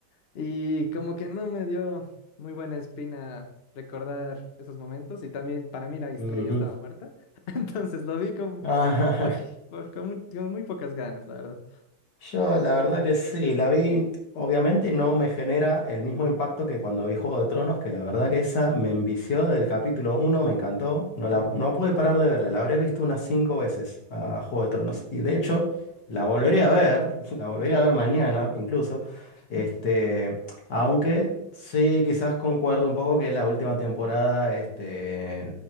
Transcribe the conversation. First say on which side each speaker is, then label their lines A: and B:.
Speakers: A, on the left; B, on the left.
A: y como que no me dio muy buena espina recordar esos momentos, y también para mí la historia
B: Ujú.
A: ya estaba muerta, <laughs> entonces lo vi con,
B: <laughs>
A: uy, por- con, muy, con muy pocas ganas, la verdad.
B: Yo la verdad que sí, la vi, obviamente no me genera el mismo impacto que cuando vi Juego de Tronos, que la verdad que esa me envició del capítulo uno, me encantó, no, la,
A: Mm,
B: no pude parar de verla, la habré visto unas 5 veces a Juego de Tronos y de hecho la volvería a ver, <laughs> la volvería a ver mañana incluso,
A: <laughs>
B: este, aunque sí quizás concuerdo un poco que la última temporada, este,